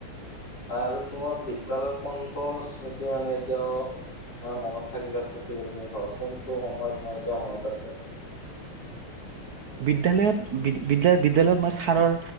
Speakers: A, on the left; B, on the right.
A: হয় আৰু তোমাৰ বিদ্যালয় কোনটো স্মৃতি মানে এতিয়াও তোমাৰ মনত থাকি যোৱা স্মৃতি বুলি তুমি ভাবা কোনটো সময় তোমাৰ এতিয়া মনত আছে?
B: বিদ্যালয়ত বি বিদ্যালয়ত মই ছাৰৰ